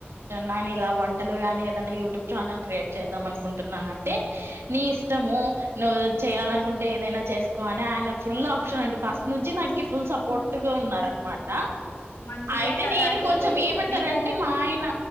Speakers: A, on the right (about 80°); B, on the left (about 80°).
A: నను ఇలా వంటలు గాని ఏదైనా యూట్యూబ్ ఛానల్ క్రియేట్ చేద్దాం అనుకుంటున్నాన్ అంటే. నీ ఇష్టము నువ్వు చేయాలనుకుంటే ఏదైనా చేసుకో అని ఆయన ఫుల్ ఆప్షన్ అండి ఫస్ట్ నుంచి నాకి ఫుల్ సపోర్ట్ గా ఉన్నార అనమాట
B: మంచిదే
A: అయితే
B: కదా
A: నేను
B: అండి
A: కొంచెం ఏమంటారంటే
B: మీకు
A: మా ఆయన